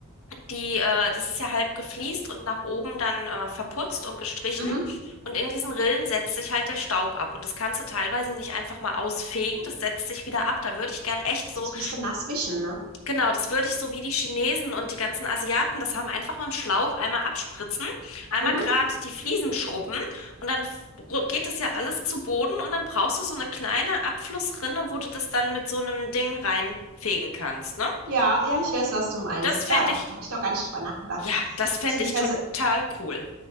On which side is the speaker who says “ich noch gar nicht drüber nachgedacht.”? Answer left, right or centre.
Right